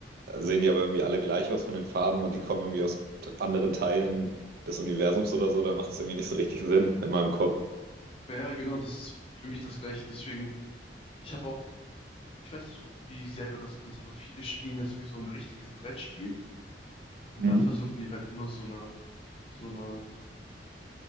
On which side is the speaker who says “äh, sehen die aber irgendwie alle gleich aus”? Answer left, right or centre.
Right